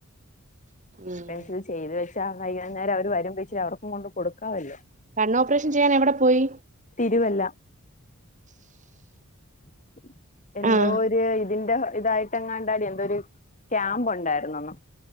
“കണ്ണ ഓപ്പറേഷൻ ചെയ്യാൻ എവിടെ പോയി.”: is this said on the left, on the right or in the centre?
Right